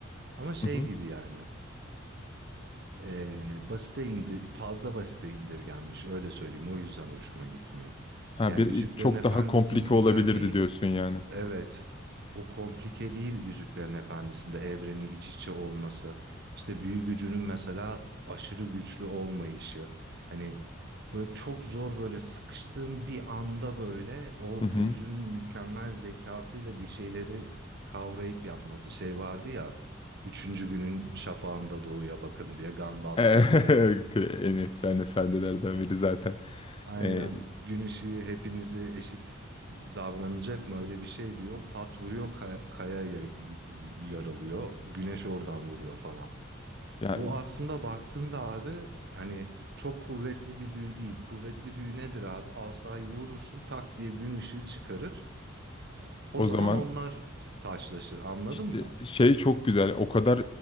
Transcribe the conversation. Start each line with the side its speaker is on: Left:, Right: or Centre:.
Right: Ama şey
Left: Hı hı.
Right: gibi yani e, basite indi fazla basite indirgenmiş öyle söyleyeyim o yüzden hoşuma gitmiyor.
Left: Ha
Right: Yani
Left: bir
Right: Yüzüklerin
Left: e, çok
Right: Efendisi'nin
Left: daha komplike
Right: güzelliği
Left: olabilirdi diyorsun yani.
Right: Evet. O komplikeliği Yüzüklerin Efendisi'nde evreni iç içe olması, işte büyü gücünün mesela aşırı güçlü olmayışı, hani böyle çok zor böyle sıkıştığın bir anda böyle o
Left: Hı hı.
Right: büyücünün mükemmel zekasıyla bir şeyleri kavrayıp yapması şey vardı ya, üçüncü günün şafağında doğuya bakın diye Gandalf
Left: <laughs> En
Right: geliyor.
Left: efsane sahnelerden biri zaten.
Right: Aynen.
Left: Ee,
Right: Gün ışığı hepinize eşit davranacak mı? Öyle bir şey diyor. Pat vuruyor ka- kaya ya- y- y- yarılıyor. Güneş oradan vuruyor falan.
Left: ya
Right: Bu aslında baktığında abi hani çok kuvvetli bir büyü değil. Kuvvetli büyü nedir abi? Asayı vurursun tak diye gün ışığı çıkarır.
Left: O
Right: O zaman
Left: zaman
Right: onlar t- taşlaşır. Anladın
Left: işte
Right: mı?
Left: şey çok güzel. O kadar